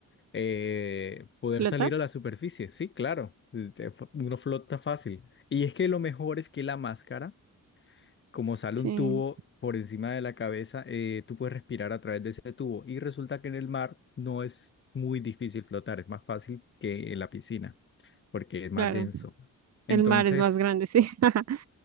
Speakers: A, on the left (about 35°); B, on the right (about 50°).
A: eh, poder
B: ¿Flota?
A: salir a la superficie. Sí, claro, se- te- uno flota fácil. Y es que lo mejor es que la máscara como sale
B: Sí,
A: un tubo por encima de la cabeza, eh, tú puedes respirar a través de ese tubo. Y resulta que en el mar no es muy difícil flotar, es más fácil que en la piscina, porque es más
B: claro.
A: denso. Entonces,
B: El mar es más grande, sí. <laughs>